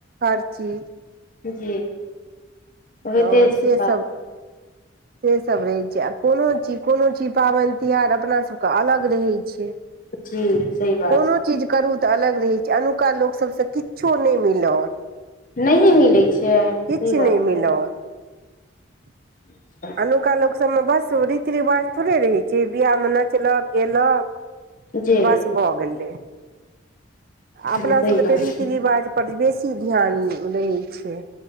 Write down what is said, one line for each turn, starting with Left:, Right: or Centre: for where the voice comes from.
Right: हर चीज
Left: जी होइते
Right: तऽ
Left: छै
Right: सेसभ
Left: सभ
Right: सेसभ रहै छै आ कोनो चीज कोनो चीज पाबनि तिहार अपनासभके अलग रहै छै।
Left: जी सही बात
Right: कोनो
Left: छै
Right: चीज करू तऽ अलग रहै छै अनुका लोक सबसँ किछो नय मिलत
Left: नहिए मिलै छै सहि
Right: किछु नहि
Left: बात छै
Right: <inaudible>
Left: <inaudible>
Right: अनुका लोकसभमे बस रीति रिवाज थोड़े रहै छै बियाहमे नचलक गेलक
Left: जी
Right: बस भऽ गेलै अपना
Left: जी सही
Right: सब के
Left: बात
Right: त रीति
Left: छै
Right: रिवाज पर बेसी ध्यान रहै छै